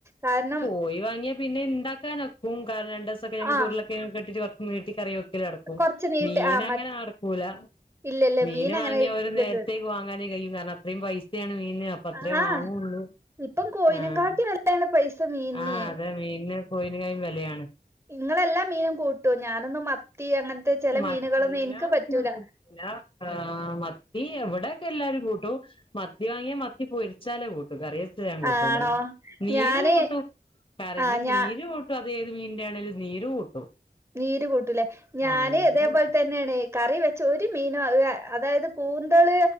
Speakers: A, on the right; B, on the left.
A: കാരണം
B: കോയി വാങ്ങിയാ പിന്നെ ഇണ്ടാക്കാനൊക്കും കാരണം രണ്ട് ദിവസൊക്കെ നമുക്ക്
A: ആ
B: ഉരുള കിഴങ്ങൊക്കെ ഇട്ടിട്ട് കൊറച് നീട്ടി കറി വെ ക്കല് നടക്കും
A: കൊറച്ച് നീട്ടി
B: മീന്
A: ആ മറ്റ്
B: അങ്ങനെ നടക്കൂല
A: ഇല്ലല്ല
B: മീൻ വാങ്ങിയാ
A: അങ്ങനെ
B: ഒരു
A: കിട്ടൂല
B: നേരത്തേക്ക് വാങ്ങാനേ കഴിയു കാരണം അത്രയും പൈസയാണ് മീനിന് അത്രേ
A: ആഹ്
B: വാങ്ങുള്ളൂ
A: ഇപ്പം കോയിനെ
B: ആഹ്
A: കാട്ടിലും വെല ണ് പൈസ മീനിന്
B: ആഹ് അതെ മീനിന് കോയിനേക്കായും വിലയാണ്
A: ഇങ്ങളെല്ലാം മീനും കൂട്ടോ ഞാനൊന്നും മത്തി അങ്ങനത്തെ ചില
B: മറ്റെല്ലാ
A: മീനുകളൊന്നും എനിക്ക് പറ്റൂല
B: മീനൊന്നും ആഹ് മത്തി ഇവിടെയൊക്കെ എല്ലാരും കൂട്ടും മത്തി വാങ്ങിയാ മത്തി പൊരി വെച്ചാല് കൂട്ടും കറി വെച്ച ഞാൻ കൂട്ടൂല
A: ആണോ
B: നീര്
A: ഞാന്
B: കൂട്ടും കറിന്റെ
A: ആ ഞാ
B: നീര് കൂട്ടും അത് ഏത് മീനിന്റെ ആണേലും നീര് കൂട്ടും
A: നീര് കൂട്ടൂലേ ഞാന്
B: ആഹ് നീര്
A: ഇതേപോലെ
B: കൂട്ടും
A: തന്നെയാണ് കറി വെച്ച് ഒരു മീനും ആഹ് അതായത് കൂന്തള്